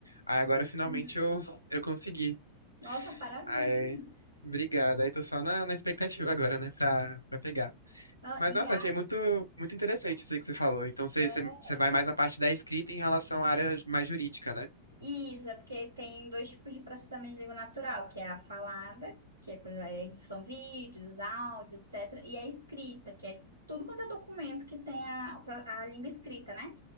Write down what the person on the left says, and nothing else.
Aí agora finalmente
eu, <laughs> eu consegui.
Aí, obrigado. Aí tô só na, na expectativa agora, né, pra, pra pegar.
Mas,
nossa, achei muito, muito interessante isso aí que você falou. Então, você,
você, você vai mais na parte da escrita em relação à área mais jurídica, né?